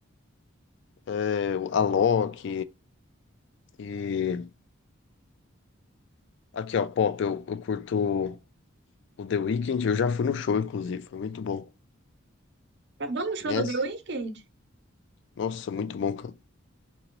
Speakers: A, on the left; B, on the right.
A: é, a Alok. E aqui, ó, pop, eu, eu curto. O The Weeknd, eu já fui no show, inclusive, foi muito bom.
B: Vamos no
A: Conhece?
B: show do The Weeknd?
A: Nossa, muito bom, cara.